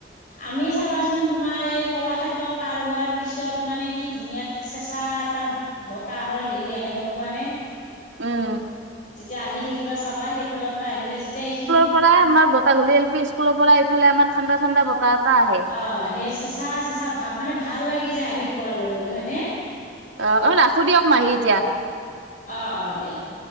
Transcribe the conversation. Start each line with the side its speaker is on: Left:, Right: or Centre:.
Left: আমি চাবাচোন তোমাৰ এই কলাক্ষেত্ৰ পাৰ হোৱাৰ পিছত মানে কি ধুনীয়া চেঁচা এটা বতাহৰ হেৰি আহে গম পোৱা নে
Right: উম
Left: যেতিয়া আহি থাকিবা চাবা সেই ফালৰ পৰা আহিলে যেতিয়া এইখিনি
Right: পৰা আম বতাগল এল পি স্কুলৰ পৰাফালে আমাৰ ঠাণ্ডা ঠাণ্ডা বতাহ এটা আহে
Left: অ সেই চেচা চেচা ভাব মানে ভাল লাগে লাগি যায় আহি পোৱাৰ লগে লগে হয়নে
Right: অ অ ৰাখো দিয়ক মাহী এতিয়া
Left: অ অ দিয়া থ